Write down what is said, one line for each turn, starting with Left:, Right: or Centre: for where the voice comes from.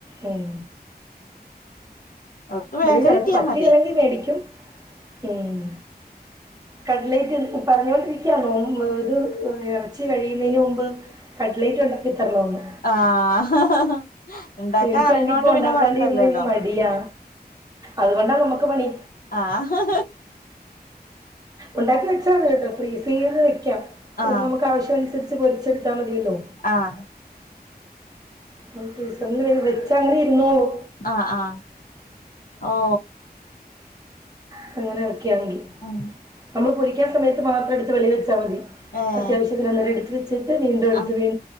Right: ഉം
Left: ഓർക്ക്
Right: ഇവിടെയും
Left: ബേക്കറി
Right: ചെലപ്പോ
Left: കിട്ടിയാ
Right: പറ്റിയല്ലെങ്കി
Left: മതി
Right: മേടിക്കും ഉം കടലേറ്റ് പറഞ്ഞോണ്ടിരിക്ക <unintelligible> ഇത് ഇറച്ചി കഴിയുന്നതിന് മുമ്പ് കട്ടിലേറ്റ് ഉണ്ടാക്കിത്തരണോന്ന്
Left: ആഹ് ഇണ്ടാക്കാൻ
Right: എനിക്കൺങ്കി
Left: അറിയണോണ്ട്
Right: ഇപ്പൊ ഉണ്ടാക്കാണ്ടി
Left: പിന്നെ കൊഴപ്പല്ലല്ലോ
Right: ഇരുന്നന്ന് മടിയാ അതുകൊണ്ടാ നമ്മുക്ക് പണി
Left: ആഹ്
Right: ഉണ്ടാക്കി വെച്ചാൽ അത് കേട്ടോ ഫ്രീസ്യ്ത് വെക്കാം
Left: ആഹ്
Right: നമുക്ക് ആവശ്യ അനുസരി ട്ട് പൊച്ചെടുത്താ മതിയല്ലോ
Left: ആഹ്
Right: മ്മ ഫ്രീസർല് വെച്ചങ്ങനെ ഇര്ന്നോളും
Left: ആഹ് ആഹ് ഓഹ്
Right: പ്പങ്ങനെ വെക്യാണെങ്കി
Left: അം
Right: നമ്മൾ പൊരിക്കണ സമയത്ത് മാത്രം എടുത്ത് വെളിലെച്ചാ മതി
Left: ഏഹ്
Right: അത്യാവശ്യത്തിന് അന്നേരെട്ത് ജ് വെച്ചിട്ട് വീണ്ടും എട്ത്ത്
Left: ആഹ്
Right: വീ